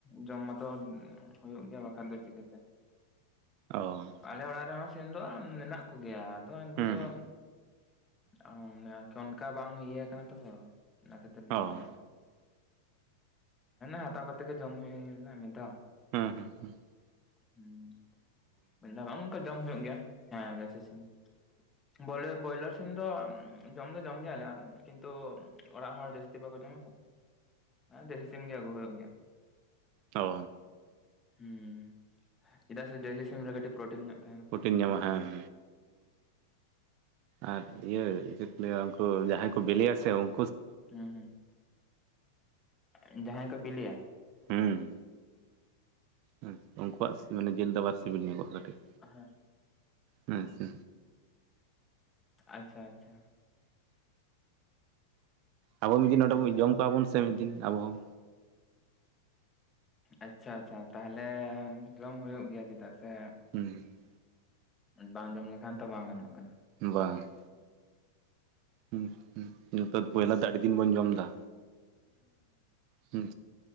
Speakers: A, on the left (about 20°); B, on the right (about 50°).
A: ᱡᱚᱢ ᱢᱟᱛᱚ ᱦᱩᱭᱩᱜ ᱜᱮᱭᱟ᱾ ᱵᱟᱠᱷᱟᱱ ᱫᱚ ᱪᱤᱠᱟᱹᱛᱮ?
B: ᱚ
A: ᱟᱞᱮ ᱚᱲᱟᱜ ᱨᱮᱦᱚᱸ ᱥᱤᱱ ᱫᱚ ᱢᱮᱱᱟᱜ ᱠᱚᱜᱮᱭᱟ ᱟᱫᱚ ᱩᱱᱠᱩ
B: ᱦᱩᱸ
A: ᱫᱚ
B: ᱦᱩᱸ
A: ᱟᱱᱮ ᱟᱨᱠᱤ ᱚᱱᱠᱟ ᱵᱟᱝ ᱤᱭᱟᱹ ᱠᱟᱱᱟ ᱛᱚ ᱚᱱᱟ ᱠᱷᱟᱹᱛᱤᱨ ᱚᱱᱟ
B: ᱚ
A: ᱫᱚ ᱵᱟᱝ ᱦᱟᱛᱟᱣ ᱠᱚᱛᱮ ᱛᱮ ᱜᱮ ᱡᱚᱢ ᱦᱩᱭᱱᱟ ᱢᱤᱫ ᱫᱷᱟᱣ
B: ᱦᱩᱸ ᱦᱩᱸ
A: ᱦᱮᱸ ᱢᱤᱫ ᱫᱷᱟᱣ ᱵᱟᱝ ᱚᱱᱠᱟ ᱡᱚᱢ ᱦᱩᱭᱩᱜ ᱜᱮᱭᱟ ᱦᱮᱸ ᱜᱮᱥ ᱥᱤᱢ ᱵᱚᱭᱞᱟᱨ ᱵᱚᱭᱞᱟᱨ ᱥᱤᱢ ᱫᱚ ᱡᱚᱢ ᱫᱚ ᱡᱚᱢ ᱜᱮᱭᱟᱞᱮ ᱠᱤᱱᱛᱩ ᱚᱲᱟᱜ ᱦᱚᱲ ᱡᱟᱹᱥᱛᱤ ᱵᱟᱠᱚ ᱡᱚᱢᱟ ᱛᱚ ᱫᱮᱥᱤ ᱥᱤᱢ ᱜᱮ ᱟᱹᱜᱩ ᱦᱩᱭᱩᱜ ᱜᱮᱭᱟ
B: ᱚ
A: ᱦᱩᱸ ᱪᱮᱫᱟᱜ ᱥᱮ ᱫᱮᱥᱤ ᱥᱤᱢ ᱨᱮ ᱠᱟᱹᱴᱤᱡ ᱯᱨᱳᱴᱤᱱ ᱧᱚᱜ ᱛᱟᱦᱮᱱᱟ
B: ᱯᱨᱚᱴᱤᱱ
A: ᱯᱨᱳᱴᱤᱱ
B: ᱧᱟᱢᱚᱜ
A: ᱠᱚ ᱡᱟᱥᱛᱤ
B: ᱦᱮᱸ ᱟᱨ ᱤᱭᱟᱹ ᱪᱮᱫ ᱠᱚ ᱞᱟᱹᱭᱟ ᱩᱱᱠᱩ ᱡᱟᱦᱟᱸᱭ ᱠᱚ ᱵᱞᱮᱭᱟ ᱥᱮ ᱩᱸ
A: ᱦᱩᱸ ᱦᱩᱸ ᱡᱟᱦᱟᱸᱭ ᱠᱚ ᱵᱮᱞᱮᱭᱟ?
B: ᱦᱩᱸ, ᱦᱩᱸ ᱩᱱᱠᱩᱣᱟᱜ ᱥᱤ <unintelligible> ᱡᱤᱞ ᱫᱚ ᱟᱵᱟᱨ ᱥᱤᱵᱤᱞ ᱧᱚᱜ-ᱟ ᱠᱟᱹᱴᱤᱡ᱾
A: ᱦᱮᱸ-
B: ᱱᱟᱥᱮ
A: ᱟᱪᱷᱟ, ᱟᱪᱷᱟ᱾
B: ᱟᱵᱚ ᱢᱤᱫ ᱫᱤᱱ ᱱᱚᱸᱰᱮ
A: ᱦᱮᱸᱛᱚ
B: ᱡᱚᱢ ᱠᱚᱣᱟ ᱵᱚᱱ ᱥᱮ ᱢᱤᱫ ᱫᱤᱱ ᱟᱵᱚᱦᱚᱸ᱾
A: ᱟᱪᱷᱟ ᱟᱪᱷᱟ ᱛᱟᱦᱞᱮ ᱡᱚᱢ ᱦᱩᱭᱩᱜ ᱜᱮᱭᱟ ᱪᱮᱫᱟᱜ ᱥᱮ
B: ᱦᱩᱸ
A: ᱵᱟᱝ ᱡᱚᱢ ᱞᱮᱠᱷᱟᱱ ᱛᱚ ᱵᱟᱝ ᱜᱟᱱᱚᱜ ᱠᱟᱱᱟ
B: ᱵᱟᱝ ᱦᱩᱸ ᱦᱩᱸ ᱵᱚᱭᱞᱟ
A: ᱦᱩᱸ
B: ᱫᱚ ᱟ. ᱰᱤ ᱫᱤᱱ ᱵᱚᱱ ᱡᱚᱢ ᱫᱟ ᱦᱩᱸ